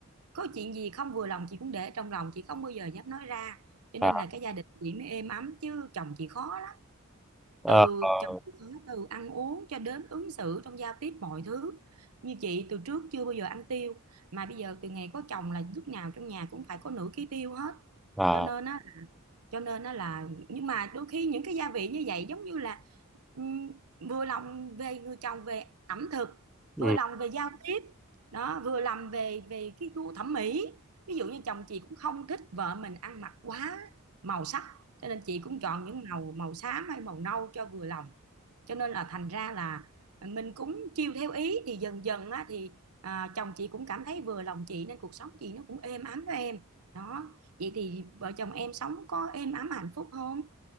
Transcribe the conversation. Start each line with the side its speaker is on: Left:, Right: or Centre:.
Right: Có chuyện gì không vừa lòng chị cũng để trong lòng, chị không bao giờ dám nói ra cho
Centre: à,
Right: nên là cái gia đình chị mới êm ấm chứ chồng chị khó lắm
Centre: ờ,
Right: từ
Centre: ờ,
Right: chồng chị khó từ ăn uống cho đến ứng xử trong giao tiếp mọi thứ như chị từ trước chưa bao giờ ăn tiêu mà bây giờ từ ngày có chồng là lúc nào trong nhà cũng phải có nửa ký tiêu hết
Centre: à,
Right: cho nên á cho nên nó là nhưng mà đôi khi những cái gia vị như vậy giống như là ừm, vừa lòng về người chồng về ẩm thực
Centre: ừ.
Right: vừa lòng về giao tiếp đó vừa lòng về về cái gu thẩm mỹ ví dụ như chồng chị cũng không thích vợ mình ăn mặc quá màu sắc cho nên chị cũng chọn những màu màu xám hay màu nâu cho vừa lòng cho nên là thành ra là mình cũng chiêu theo ý thì dần dần á, thì à, chồng chị cũng cảm thấy vừa lòng chị nên cuộc sống chị nó cũng êm ấm đó em đó Vậy thì vợ chồng em sống có êm ấm hạnh phúc không?